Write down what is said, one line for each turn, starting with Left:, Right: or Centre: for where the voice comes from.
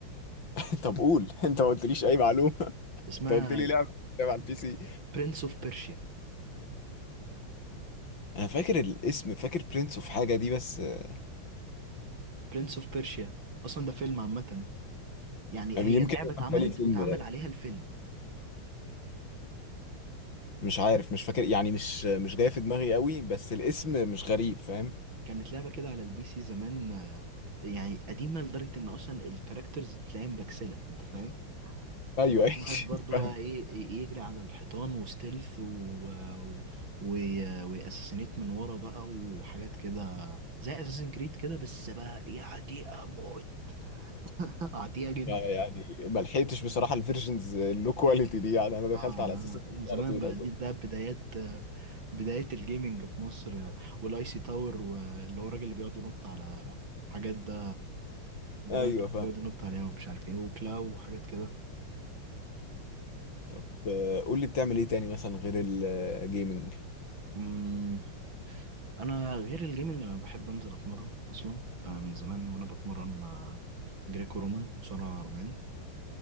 Left: <laughs> طب قول انت ما قلتليش اي معلومه <laughs>
Right: اسمها
Left: انت قلت لي لعبه لعبه على البي سي
Right: برنس اوف بيرشيا
Left: انا فاكر الاسم فاكر برنس اوف حاجه دي بس آه،
Right: برنس اوف بيرشيا اصلا ده فيلم عامه يعني
Left: يمكن
Right: هي اللعبه
Left: كان
Right: اتعملت
Left: بالي الفيلم
Right: واتعمل
Left: ده
Right: عليها الفيلم
Left: مش عارف مش فاكر يعني مش مش جاي في دماغي قوي بس الاسم مش غريب فاهم
Right: كانت لعبه كده على البي سي زمان آه، يعني قديمه لدرجه ان اصلا الكاركترز تلاقيها مبكسله انت فاهم
Left: ايوه
Right: وبنقعد
Left: <laughs> أيوة.
Right: برضه
Left: فاهم
Right: بقى ايه إيه يجري على الحيطان وستيلث و... و... و... واساسينيت من ورا بقى وحاجات كده زي اساسن كريد كده بس بقى ايه عتيقه موت <laughs> عتيقه جدا
Left: يعني ما لحقتش بصراحه الفيرجنز اللو كواليتي دي يعني انا دخلت
Right: اه
Left: على
Right: أنا
Left: اساس إن
Right: من
Left: كنت
Right: زمان
Left: على طول
Right: بقى
Left: اصلا
Right: دي ده بدايات بداية الجيمنج في مصر والاي سي تاور واللي هو الراجل اللي بيقعد ينط على حاجات ده بتاع
Left: ايوه
Right: كده
Left: فاهم
Right: بيقعد ينط عليها ومش عارف ايه وكلاو وحاجات كده
Left: طب آه، قول لي بتعمل ايه تاني مثلا غير الجيمنج
Right: أمم، انا غير الجيمنج انا بحب انزل اتمرن اصلا آه، من زمان وانا بتمرن آه، جريكو رومان مصارع روماني